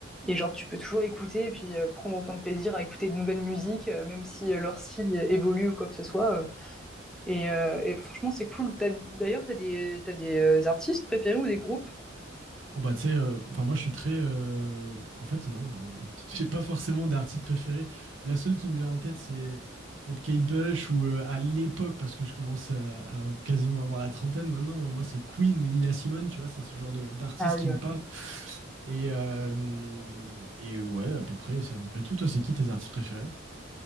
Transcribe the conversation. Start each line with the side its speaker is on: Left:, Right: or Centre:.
Centre: et genre tu peux toujours écouter et puis, heu, prendre autant de plaisir à écouter de nouvelles musiques, heu, même si, heu, leur style évolue ou quoi que ce soit, heu et heu et franchement c'est cool. T'as d'ailleurs t'as des t'as des, heu, artistes préférés ou des groupes?
Right: Oh bah tu sais, euh, enfin moi je suis très, euh, en fait non, euh, <laughs> j'ai pas forcément d'artiste préféré. La seule qui me vient en tête c'est peut-être Kate Bush ou euh, à l'époque parce que je commence à, à quasiment avoir la trentaine maintenant. euh, moi c'est Queen ou Nina Simone, tu vois, ça c'est ce genre de- d'artiste
Centre: Ah oui,
Right: qui me
Centre: ouais.
Right: parle. Et euh, et ouais à peu près, c'est à peu près tout. Toi c'est qui tes artistes préférés?